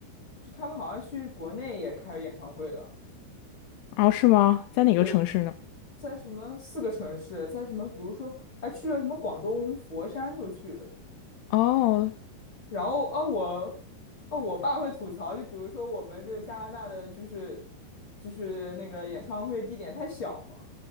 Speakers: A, on the left; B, on the left.
A: 就他们好像去国内也开演唱会了，
B: 哦，是吗？在哪个城市呢？
A: 对，在什么四个城市，在什么比如说还去了什么广东佛山都去了。
B: 哦，
A: 然后啊，我啊，我爸会吐槽，就比如说我们这加拿大的就是就是那个演唱会地点太小嘛。